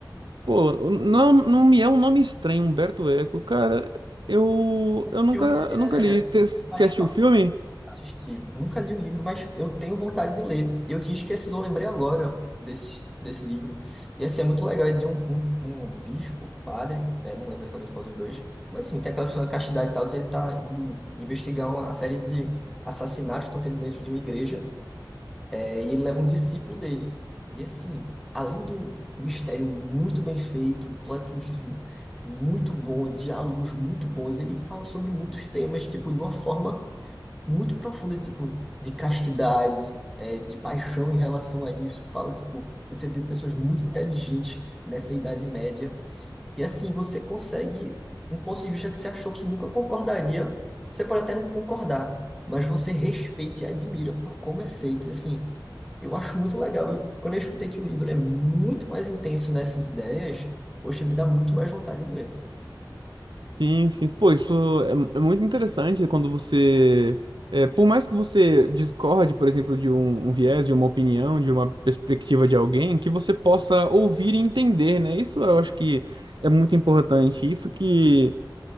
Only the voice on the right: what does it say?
Pô, não, não me é um nome estranho, Humberto Eco. Cara, eu,
eu nunca,
eu nunca
li.
Te- Você
assistiu
o filme?
Sim, sim. Pô, isso é, mu- é muito interessante quando você. é, por mais que você discorde, por exemplo, de um, um viés, de uma opinião, de uma perspectiva de alguém, que você possa ouvir e entender, né? Isso eu acho que é muito importante. Isso que